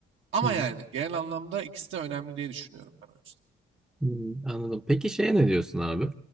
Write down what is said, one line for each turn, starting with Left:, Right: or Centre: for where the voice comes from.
Right: Ama
Centre: Hı hı.
Right: yani genel anlamda ikisi de önemli diye düşünüyorum ben o yüzden.
Centre: Hmm, Anladım. Peki şeye ne diyorsun abi?